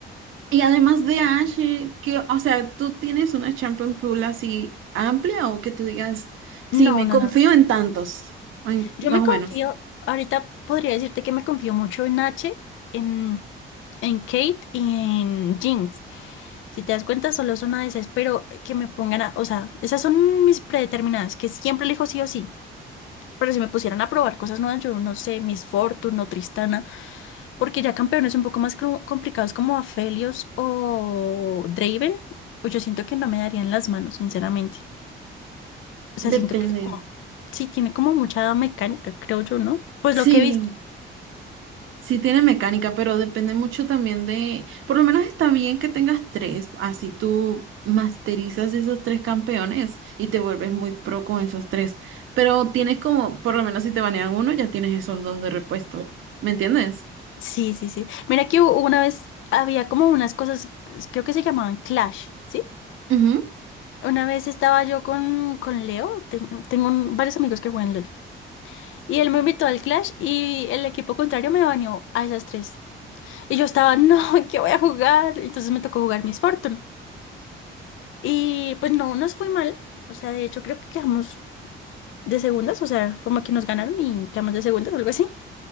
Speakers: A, on the right (about 80°); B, on the left (about 80°).
A: Y además de Ash, eh, que, o sea, ¿tú tienes una champion pool así amplia o que tú digas, sí,
B: No,
A: me
B: no,
A: confío
B: no, no.
A: en tantos? O en-
B: Yo
A: más
B: me
A: o
B: confío,
A: menos.
B: ahorita podría decirte que me confío mucho en H, en, en Kate y en Jinx. Si te das cuenta, solo son una de esas, pero que me pongan a, o sea, esas son mis predeterminadas, que siempre elijo sí o sí. Pero si me pusieran a probar cosas nuevas, yo no sé, Miss Fortune o Tristana, porque ya campeones un poco más com- complicados como Aphelios o Draven, pues yo siento que no me darían las manos, sinceramente. O sea, siento
A: Depende.
B: que es como, sí, tiene como mucha mecánica, creo yo, ¿no? Pues
A: Sí,
B: lo que he visto.
A: sí tiene mecánica, pero depende mucho también de, por lo menos está bien que tengas tres, así tú masterizas esos tres campeones y te vuelves muy pro con esos tres. Pero tienes como, por lo menos si te banean uno, ya tienes esos dos de repuesto. ¿Me entiendes?
B: Sí, sí, sí. Mira que u- una vez había como unas cosas, creo que se llamaban Clash, ¿sí?
A: Ujú.
B: Una vez estaba yo con, con Leo, ten- tengo un- varios amigos que juegan LOL, y él me invitó al Clash y el equipo contrario me baneó a esas tres. Y yo estaba, <laughs> no, ¿qué voy a jugar? Entonces me tocó jugar Miss Fortune. Y pues no, nos fue mal. O sea, de hecho creo que quedamos de segundas, o sea, como que nos ganaron y quedamos de segundas o algo así.